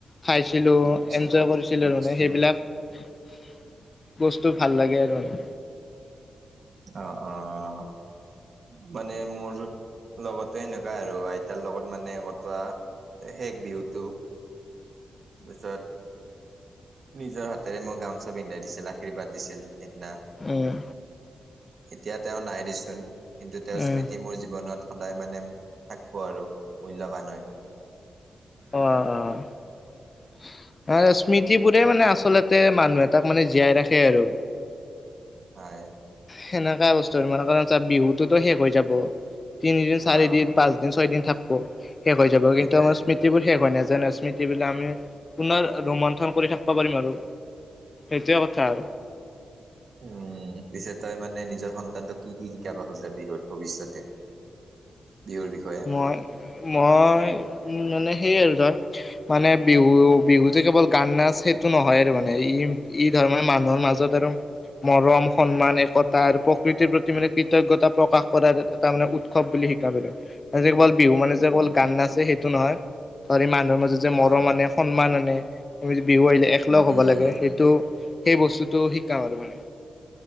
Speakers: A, on the left (about 30°); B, on the right (about 60°).
A: খাইছিলো
B: আচ্ছা
A: এনজয় কৰিছিলো
B: আচ্ছা
A: তাৰানে সেইবিলাক বস্তু ভাল লাগে আৰু মানে।
B: অ', অ'। মানে মোৰ লগতে এনেকুৱা আৰু আইতাৰ লগত মানে কটোৱা শেষ বিহুতটো তাৰপিছত নিজৰ হাতেৰে মই গামোচা পিন্ধাই দিছিল আশীৰ্বাদ দিছিল। সেইদিনা
A: উম
B: এতিয়া তেওঁ নাই দিচোন কিন্তু তেওঁৰ
A: উম
B: স্মৃতি মোৰ জীৱনত সদায় মানে থাক আৰু মূল্যবান হয়।
A: অ', অ'। আৰু স্মৃতিবোৰে মানে আচলতে মানুহ এটাক মানে জীয়াই ৰাখে আৰু।
B: হয়।
A: সেনেককা বস্তু আৰু মানে কাৰণ চ বিহুতোতো শেষ হৈ যাব, তিনিদিন, চাৰিদিন,
B: অ
A: পাঁচদিন, ছয়দিন থাকব, শেষ হৈ যাব
B: সেইটোয়ে
A: কিন্তু আমাৰ স্মৃতিবোৰ শেষ হয় নাজাই ন, স্মৃতিবিলাক আমি পুনৰ ৰুমন্থন কৰি থাকিব পাৰিম আৰু। সেইটোৱে কথা আৰু
B: উম, পিছে তই মানে নিজৰ সন্তানটো কি কি শিকাব খোজা বিহুুৰ ভৱিষ্যতে? বিহুৰ বিষয়ে
A: মই মই উ মানে সেইয় আৰু ধৰ মানে বিহু বিহুতে কেৱল গান নাচ সেইটো নহয়, আৰু মানে ই ইদ তাৰ মে মানুহৰ মাজত আৰু মৰম, সন্মান, একতা আৰু প্ৰকৃতিৰ প্ৰতি মানে কৃতজ্ঞতা প্ৰকাশ কৰাৰ এটা মানে উৎসৱ বুলি শিকাবিল যে কেৱল বিহু মানে
B: উম
A: যে কেৱল
B: উম
A: গান নাচছে সেই টো নহয় হ মানুহৰ মাজত যে মৰম
B: অ
A: আনে সন্মান আনে মি বিহু আহিলে একলগ
B: উম
A: হ'ব
B: উম
A: লাগে সেইটো সেই বস্তুটো শিকাম আৰু মানে।